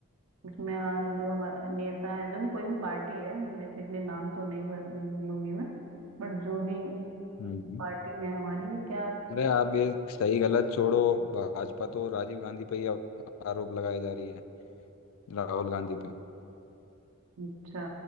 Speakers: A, on the right; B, on the left.
A: उसमें आ, जो हमारा नेता है जो भी कोई भी पार्टी है बेसिकली नाम तो नहीं ब- लूंगी मैं बट जो भी
B: हम्म
A: पार्टी है हमारी ये क्या
B: अरे आप ये सही गलत छोड़ो भाजपा तो राजीव गांधी पे ही अब आरोप लगाए जा रही है राहुल गांधी पे
A: अच्छा